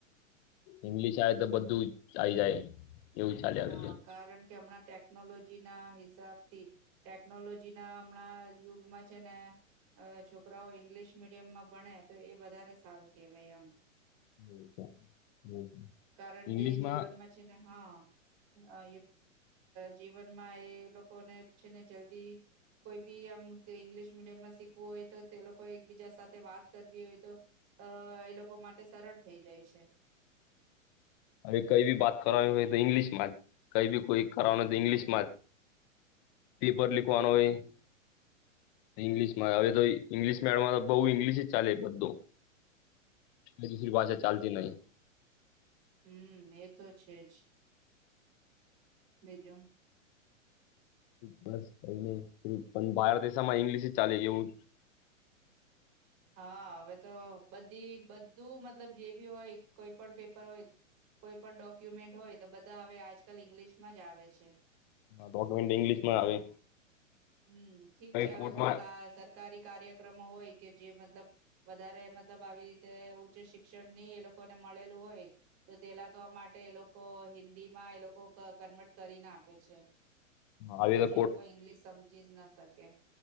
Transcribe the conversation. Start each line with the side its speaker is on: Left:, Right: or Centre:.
Left: ઇંગ્લિશ આવે તો બધું આઈ જાય. એવું ચાલે આવી
Right: હા
Left: ગયું
Right: કારણ કે હમણાં ટેકનોલોજી ના હિસાબ થી ટેકનોલોજી ના હમણાં યુગમાં છે ને છોકરાઓ ઇંગ્લિશ મીડિયમમાં ભણે તો એ વધારે સારું કેહેવાય એમ.
Left: એા હ
Right: કારણ
Left: ઇંગ્લિશ
Right: કે
Left: માં
Right: જીવનમાં છે ને હા અ જીવનમાં એ લોકોને છે ને જલ્દી કોઈ બી આમ ઇંગ્લિશ મીડિયમમાં શીખવું હોય તો તે લોકો એકબીજા સાથે વાત કરવી હોય તો. અ એ લોકો માટે સરળ થઈ જાય છે.
Left: હવે કઈ ભી વાત કરવાની હોય તો ઈંગ્લિશ માં જ કઈ બી કોઈ કરવાનું હોય તો ઈંગ્લિશમાં જ. પેપર લિખવાનો
Right: હમ
Left: હોય ઇંગ્લિશમાં હવે તો ઇંગ્લિશ મેડમ તો બહુ ઈંગ્લિશ જ ચાલે બધો બ ફરી ભાષા ચાલતી નહીં.
Right: હમ્મ એ તો છે જ બીજો
Left: બસ કઈ નહી પણ બહાર દેશામાં ઈંગ્લિશ ચાલે એવું
Right: હા હવે તો બધી બધું મતલબ જે બી હોય કોઈ પણ પેપર હોય કોઈ પણ ડોક્યુમેન્ટ હોય તો બધા હવે આજકાલ ઈંગ્લિશમાં જ આવે છે
Left: ડોક્યુમેન્ટ ઇંગ્લિશમાં આવે
Right: હમ્મ ઠીક
Left: કઈ
Right: છે હવે
Left: કોર્ટમાં
Right: કોઈક સરકારી કાર્યક્રમો હોય કે જે મતલબ વધારે મતલબ આવી રીતે ઉચ્ચ શિક્ષણ નહી એ લોકોને મળેલું હોય તો તે લાગવા માટે એ લોકો હિન્દી માં એ લોકો કન્વર્ટ કરીને આપે છે
Left: આવે
Right: કે
Left: તો
Right: જે લોકો ઈંગ્લિશ સમજી જ ના શકે કે